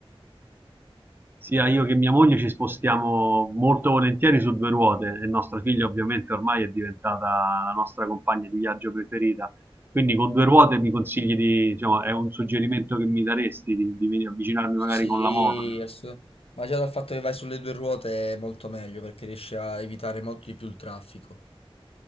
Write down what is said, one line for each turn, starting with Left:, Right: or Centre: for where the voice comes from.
Right: Sia io che mia moglie ci spostiamo molto volentieri su due ruote e nostra figlia ovviamente ormai è diventata la nostra compagna di viaggio preferita. Quindi con due ruote mi consigli di, diciamo, è un suggerimento che mi daresti di, di venire- avvicinarmi
Left: Sì,
Right: magari con la moto?
Left: ass- ma già dal fatto che vai sulle due ruote è molto meglio perché riesci a evitare molto di più il traffico.